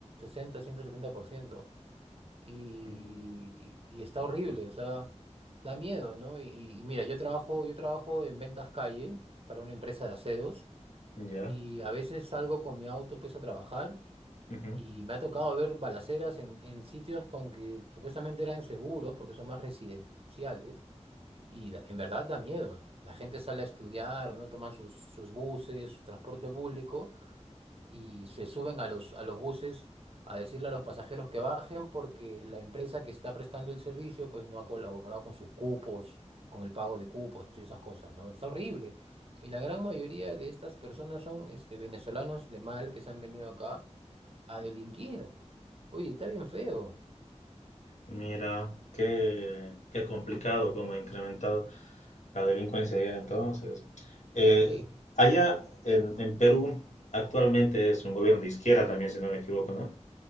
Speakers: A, on the right (about 55°); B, on the left (about 80°).
A: 160, 170%. Y,
B: Mm,
A: y, y está horrible, o sea, da miedo, ¿no? Y, y mira, yo trabajo, yo trabajo en ventas calle para una empresa de aceros
B: ya.
A: y a veces salgo con mi auto pues a trabajar
B: ujú.
A: y me ha tocado ver balaceras en, en sitios con que supuestamente eran seguros porque son más residenciales y da- en verdad da miedo. La gente sale a estudiar, ¿no? Toman sus, sus buses, su transporte público y se suben a los, a los buses a decirle a los pasajeros que bajen porque la empresa que está prestando el servicio pues no ha colaborado con sus cupos, con el pago de cupos y esas cosas, ¿no? Está horrible. Y la gran mayoría de estas personas son este, venezolanos de mal que se han venido acá a delinquir. Oye, está bien feo.
B: Mira, qué, qué complicado cómo ha incrementado la delincuencia allá entonces. Eh,
A: Sí,
B: allá en, en Perú actualmente es un gobierno de izquierda también, si no me equivoco, ¿no?